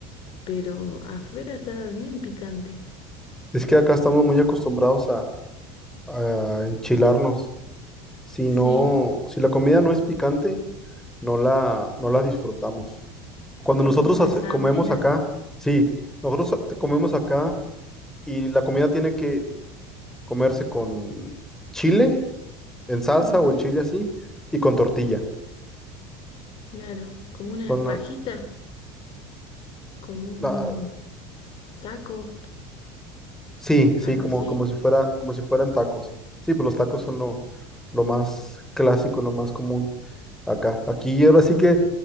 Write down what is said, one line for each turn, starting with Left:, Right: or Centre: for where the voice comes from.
Left: pero afuera estaba bien picante.
Centre: Es que acá estamos muy acostumbrados a, a enchilarnos. Si
Left: Sí,
Centre: no, si la comida no es picante, no la, no la disfrutamos. Cuando
Left: Es
Centre: nosotros
Left: como
Centre: hace-
Left: desabrida.
Centre: comemos acá, sí, nosotros te- comemos acá y la comida tiene que comerse con chile en salsa
Left: Ujú,
Centre: o el chile así y con tortilla.
Left: Claro, como una
Centre: Son
Left: fajita,
Centre: la-
Left: como un
Centre: la-
Left: taco,
Centre: Sí, sí,
Left: algo
Centre: como,
Left: así.
Centre: como si fuera, como si fueran tacos, sí. Sí, pues los tacos son lo, lo más clásico, lo más común acá. Aquí ahora sí que